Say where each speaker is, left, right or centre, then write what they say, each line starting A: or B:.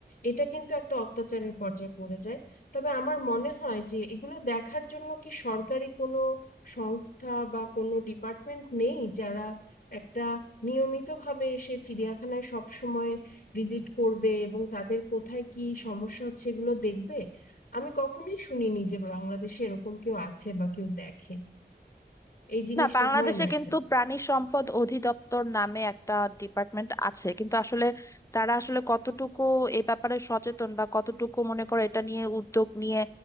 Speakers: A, on the left; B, on the left.
A: এটা কিন্তু একটা অত্যাচারের পর্যায়ে পড়ে যায় তবে আমার মনে হয় যে এগুলো দেখার জন্য কি সরকারি কোনো সংস্থা বা কোনো ডিপার্টমেন্ট নেই যারা একটা নিয়মিতভাবে এসে চিড়িয়াখানায় সব সময় ভিজিট করবে এবং তাদের কোথায় কি সমস্যা হচ্ছে এগুলো দেখবে আমি কখনোই শুনিনি যে বাংলাদেশে এরকম কেউ আছে বা কেউ দেখে এই জিনিসটা
B: না বাংলাদেশে
A: হয় না
B: কিন্তু
A: এখানে
B: প্রাণী সম্পদ অধিদপ্তর নামে একটা ডিপার্টমেন্ট আছে কিন্তু আসলে তারা আসলে কতটুকু এ ব্যাপারে সচেতন বা কতটুকু মনে করো এটা নিয়ে উদ্যোগ নিয়ে